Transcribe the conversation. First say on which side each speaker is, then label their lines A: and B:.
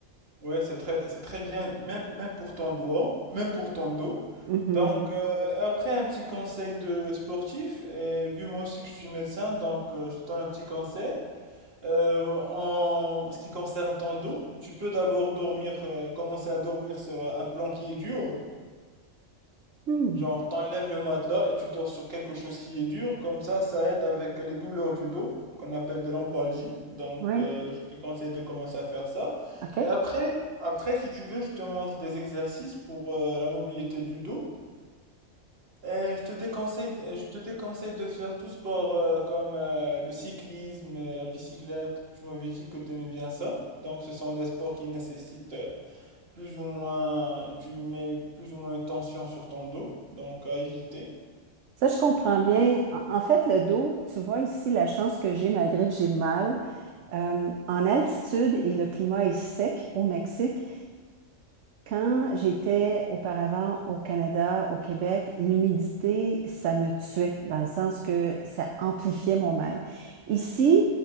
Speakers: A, on the right (about 50°); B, on the right (about 65°).
A: ouais, c'est très, c'est très bien, même, même pour ton dos, même pour ton dos.
B: Mhm.
A: Donc, euh, et après, un petit conseil de sportif, et vu moi aussi que je suis médecin, donc euh, je te donne un petit conseil. Euh, en ce qui concerne ton dos, tu peux d'abord dormir, euh, commencer à dormir sur euh, un plan qui est dur.
B: Hmm.
A: Genre, t'enlèves le matelas et tu dors sur quelque chose qui est dur. Comme ça, ça aide avec les douleurs du dos, qu'on appelle de l'embalgie. Donc,
B: Oui,
A: euh, je te conseille de commencer à faire ça.
B: OK.
A: Et après, après, si tu veux, je te montre des exercices pour euh, la mobilité du dos. Euh, je te déconseille, euh, je te déconseille de faire tout sport euh, comme euh, le cyclisme, euh, la bicyclette. Tu m'avais dit que tu aimais bien ça. Donc, ce sont des sports qui nécessitent euh, plus ou moins, tu mets plus ou moins une tension sur ton dos. Donc, à éviter.
B: Ça, je comprends bien. En, en fait, le dos, tu vois ici la chance que j'ai malgré que j'ai mal. Euh, en altitude et le climat est sec au Mexique. Quand j'étais auparavant au Canada, au Québec, l'humidité, ça me tuait, dans le sens que ça amplifiait mon mal. Ici,